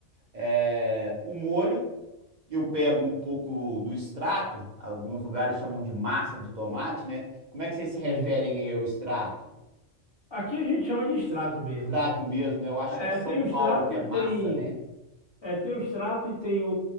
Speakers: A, on the right; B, on the left.
A: É, o molho, eu pego um pouco do extrato, alguns lugares chamam de massa de tomate, né? Como é que vocês se referem
B: Sim.
A: aí ao extrato?
B: Aqui a gente chama de extrato mesmo.
A: Extrato mesmo, né? Eu acho
B: É,
A: que é São
B: tem o
A: Paulo
B: extrato
A: que
B: e
A: é massa,
B: tem.
A: né?
B: É, tem o extrato e tem o,